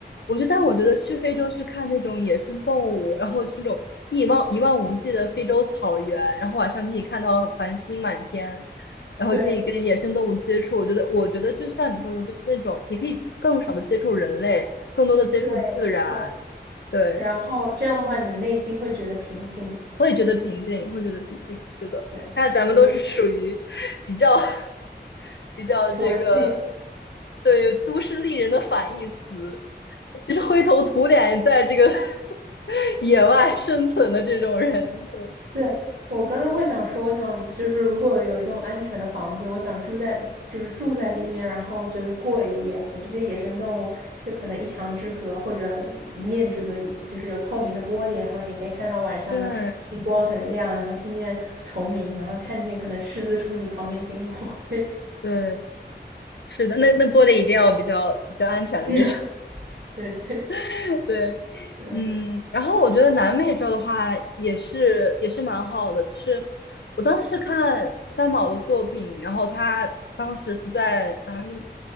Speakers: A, on the left; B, on the right.
A: 我就但我觉得去非洲去看那种野生动物，然后就是那种一望一望无际的非洲草原，然后晚上可以看到繁星满天，然后可以跟野生动物接触。
B: 对
A: 我觉得，我觉得就像你说的，就是那种你可以更少的接触人类，更多的接触自然。
B: 对对。
A: 对。
B: 然后这样的话，你的内心会觉得平静。
A: 会觉得平静，会觉得平静。是的，
B: 对，
A: 看来咱们都是属于比较
B: 我理解，
A: <laughs> 比较这个
B: 佛系。<laughs>
A: 对都市丽人的反义词，就是灰头土脸在这个 <laughs> 野外生存的这种人。对
B: 对，我刚刚会想说，我想就是如果有一栋安全的房子，我想住在就是住在里面，然后就是过一夜，和这些野生动物就可能一墙之隔或者一面之隔，就是有透明的玻璃，然后你可以看到晚上的星光很亮，
A: 对
B: 然后听见虫鸣，然后看见可能狮子从你旁边经过 <laughs> 那种。
A: 对，是的，那那播的一定要比较比较安全的那种。
B: <laughs> 对对
A: <laughs> 对。
B: 对，
A: 嗯，然后我觉得南美洲的话也是也是蛮好的，就是我当时是看三毛的作品，然后他当时是在哪里？